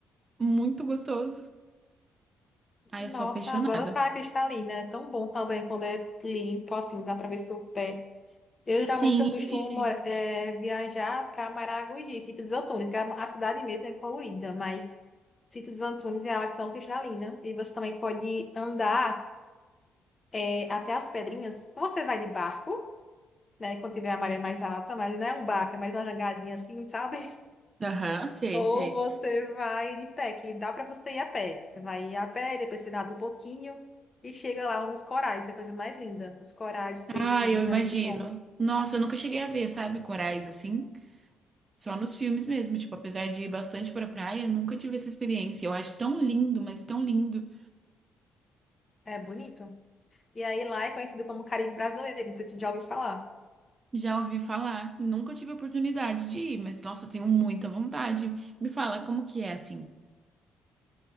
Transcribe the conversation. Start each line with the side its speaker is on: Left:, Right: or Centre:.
Right: Muito gostoso. Ai,
Left: nossa,
Right: eu sou apaixonada.
Left: adoro praia cristalina. É tão bom também quando é limpo, assim, dá pra ver seu pé. Eu geralmente
Right: Sim,
Left: eu costumo
Right: e-
Left: mora- eh, viajar para Maragogi, Sítio dos Antunes, que é a cidade mesmo é poluída, mas Sítio dos Antunes é água tão cristalina e você também pode andar eh, até as pedrinhas. Você vai de barco, né, quando tiver a maré mais alta, mas não é um barco, é mais uma jangadinha assim, sabe? <laughs>
Right: Aham, sei,
Left: Ou
Right: sei.
Left: você vai de pé, que dá para você ir a pé. Você vai ir a pé, depois você nada um pouquinho e chega lá nos corais, é a coisa mais linda. Os corais, os peixinhos,
Right: Ah, eu imagino.
Left: é muito bom.
Right: Nossa, eu nunca cheguei a ver, sabe, corais assim. Só nos filmes mesmo. Tipo, apesar de ir bastante pra praia, nunca tive essa experiência. Eu acho tão lindo, mas tão lindo.
Left: É bonito. E aí lá é conhecido como Caribe Brasileiro, não sei se você já ouviu falar.
Right: Já ouvi falar. Nunca tive a oportunidade de ir, mas nossa, tenho muita vontade. Me fala como que é assim.